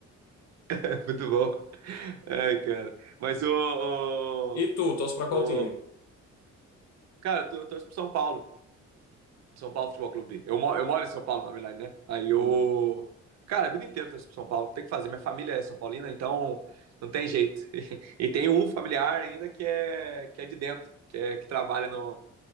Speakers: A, on the right; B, on the left.
A: <laughs> Muito bom. Ai, cara. Mas o...
B: E tu, torce pra qual
A: o,
B: time?
A: o Cara, eu torço pro São Paulo. São Paulo Futebol Clube. Eu, mo- eu moro em São Paulo, na verdade, né? Aí eu.
B: Hum.
A: Cara, a vida inteira eu torço pro São Paulo. Não Tem o que fazer. Minha família é São Paulina, então não tem jeito. <laughs> E tem um familiar ainda que é, que é de dentro, que, é, que trabalha no,